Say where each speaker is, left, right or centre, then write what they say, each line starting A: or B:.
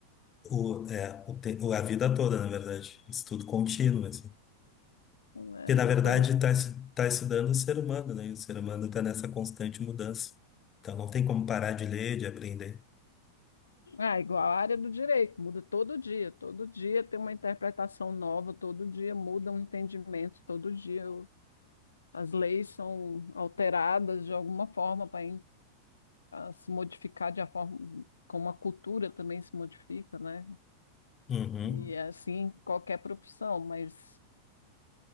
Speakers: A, on the left (about 25°); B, on the left (about 75°).
A: o, é, o, te- a vida toda, na verdade, estudo contínuo, assim.
B: Não é
A: Porque, na verdade,
B: todo...
A: está tá estudando o ser humano, né? E o ser humano está nessa constante mudança. Então, não tem como parar de ler, de aprender.
B: Ah, igual a área do direito, muda todo dia. Todo dia tem uma interpretação nova, todo dia muda um entendimento, todo dia o- as leis são alteradas de alguma forma para se modificar de a forma como a cultura também se modifica, né?
A: Uhum.
B: E é assim em qualquer profissão, mas